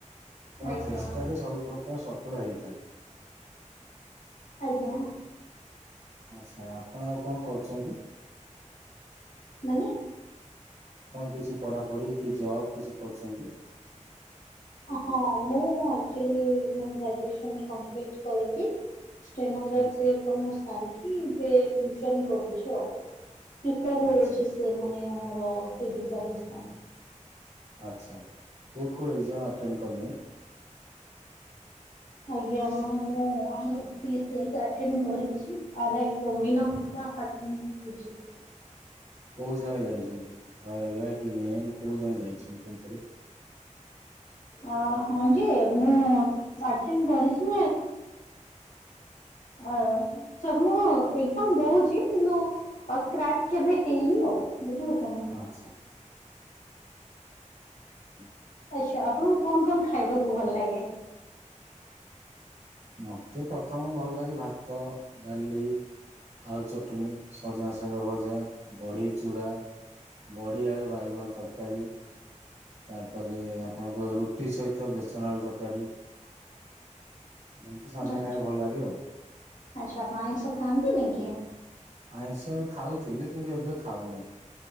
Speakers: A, on the right (about 60°); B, on the left (about 80°).
A: ତ
B: ଆଜ୍ଞା
A: ଚେଷ୍ଟାରେ ସବୁ ପ୍ରକାର ସଫଳ ହେଇପରେ।
B: ଆଜ୍ଞା।
A: ଆଚ୍ଛା। ଆପଣ ଆଉ କଣ କରୁଛନ୍ତି?
B: ମାନେ?
A: କଣ କିଛି ପଢ଼ାପଢି଼ କି ଯବ୍ କିଛି କରୁଛନ୍ତି?
B: ହଁ ମୁଁ ଆକ୍ଚୁଆଲି ମାନେ ଗ୍ରାଜୁଏସନ୍ କମ୍ପ୍ଲିଟ୍ କରିକି ଷ୍ଟେନୋ କ୍ରାକ୍
A: ଆଚ୍ଛା
B: କାମ ସାରିକି ଏବେ ଟିୟୁସନ୍ କରୁଛି ଆଉ। ପ୍ରିପାୟାର୍
A: ଆଚ୍ଛା
B: ହେଉଛି ସେ ମାନେ ଆମର ସିଭିଲି ସର୍ଭିସ୍ ପାଇଁ।
A: ଆଚ୍ଛା। କୋଉ କୋଉ ଏକ୍ଜାମ୍ ଆଟେଣ୍ଡ୍ କଲେଣି?
B: ଆଜ୍ଞା ହଁ ମୁଁ ଆମରି ଓ ପି ଏସ୍ ସି ହେରିକା ଆଟେଣ୍ଡ୍ କରିଛି ଆର୍ ଆଇ ଆମିନ। <unintelligible>
A: କୋଉ ଯାକେ ଯାଇଚନ୍ତି? ହାୱଡ଼ା କି ମେନ୍ କୋଉ ଯାକେ ଯାଇଚନ୍ତି କୋଉଥିରେ?
B: ଆ ହଁ ଯେ ମୁଁ ଅଟେଣ୍ଡ୍ କରିଚି। ଆ ଚ୍ଛା ମୁଁ ଏକ୍ଜାମ୍ ଦଉଚି କିନ୍ତୁ ଆଉ କ୍ରାକ୍ କେବେ ହେଇନି ଆଉ। ବୁଝିପାରୁଛନ୍ତି ନା?
A: ଆଚ୍ଛା। <inaudible>
B: ଆଚ୍ଛା, ଆପଣଙ୍କୁ କଣ କଣ ଖାଇବାକୁ ଭଲ ଲାଗେ?
A: ମତେ ପ୍ରଥମ ଭଲ ଲାଗେ ଭାତ, ଡାଲି। ଆଳୁ ଚଟଣୀ, ସଜନା ଶାଗ ଭଜା, ବଢି। ଚୁଡ଼ା, ବଢ଼ି ଆଳୁ ବାଇଗଣ ତରକାରୀ। ତାପରେ ଆପଣଙ୍କ ରୁଟି ସହିତ ବେସନ ଆଳୁ ତରକାରୀ। ଏମତି ସାଧା
B: ଆଚ୍ଛା
A: ଖାଇବା ଭଲ ଲାଗେ ଆଉ।
B: ଆଚ୍ଛା ଆପଣ ଆଇଁଷ ଖାଆନ୍ତି ନି କି?
A: ଆଇଁଷା ଖାଉଥିଲି କିନ୍ତୁ ଏବେ ଖାଉନି।